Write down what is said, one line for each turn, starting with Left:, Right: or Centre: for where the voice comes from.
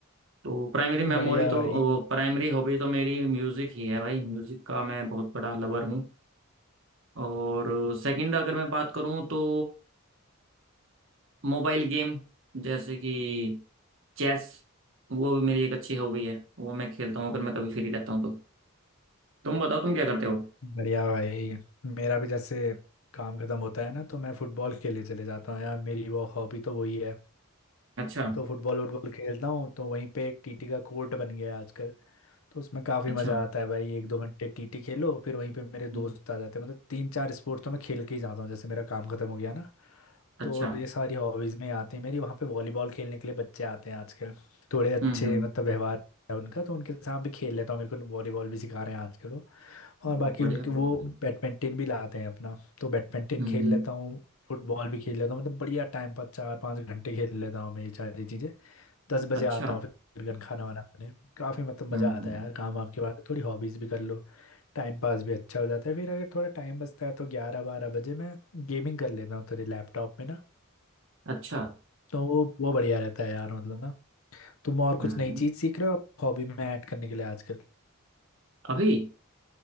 Right: तो प्राइमरी मेमोरी
Left: बढ़िया
Right: तो
Left: भाई
Right: वो प्राइमरी हॉबी तो मेरी म्यूज़िक ही है भाई म्यूज़िक का मैं बहुत बड़ा लवर हूँ और सेकंड अगर मैं बात करूँ तो मोबाइल गेम जैसे कि चेस वो भी मेरी एक अच्छी हॉबी है वो मैं खेलता हूँ अगर मैं कभी फ्री रहता हूँ तो तुम बताओ तुम क्या करते हो
Left: बढ़िया भाई मेरा भी जैसे काम खत्म होता है ना तो मैं फुटबॉल खेलने चले जाता हूँ यार मेरी वो हॉबी तो वही है
Right: अच्छा
Left: तो फुटबॉल वुटबॉल खेलता हूँ तो वहीं पे एक टीटी का कोर्ट बन गया है आजकल तो उसमें काफ़ी
Right: अच्छा
Left: मज़ा आता है भाई एक दो घंटे टीटी खेलो फिर वहीं पे मेरे
Right: हम्म,
Left: दोस्त आ जाते हैं मतलब तीन चार स्पोर्ट्स तो मैं खेल के ही जाता हूँ जैसे मेरा काम खत्म हो गया ना
Right: अच्छा
Left: तो ये सारी हॉबीज में आती है मेरी वहाँ पे वॉलीबॉल खेलने के लिए बच्चे आते हैं आजकल थोड़े अच्छे
Right: हम्म हम्म
Left: मतलब व्यवहार है उनका तो उनके साथ भी खेल लेता हूँ मेरे को वॉलीबॉल भी सिखा रहे हैं आजकल वो और
Right: बहुत
Left: बाकी
Right: बढ़िया
Left: उनके
Right: बहुत
Left: वो
Right: बढ़िया
Left: बैडमिंटन भी लाते हैं अपना तो बैडमिंटन
Right: हम्म
Left: खेल
Right: हम्म
Left: लेता हूँ फुटबॉल भी खेल लेता हूँ मतलब बढ़िया टाइम पास चार पाँच घंटे खेल लेता हूँ मैं ये सारी चीज़ें दस बजे
Right: अच्छा
Left: आता हूँ फिर घर खाना वाना खाने काफ़ी मतलब
Right: हम्म
Left: मज़ा आता है यार काम वाम के बाद थोड़ी हॉबीज़ भी कर लो टाइम पास भी अच्छा हो जाता है फिर अगर थोड़ा टाइम बचता है तो ग्यारह बारह बजे मैं गेमिंग कर लेता हूँ थोड़ी लैपटॉप में ना
Right: अच्छा
Left: तो वो वो बढ़िया रहता है यार मतलब ना तुम और कुछ
Right: हम्म
Left: नई चीज सीख रहे हो हॉबी में ऐड करने के लिए आजकल
Right: अभी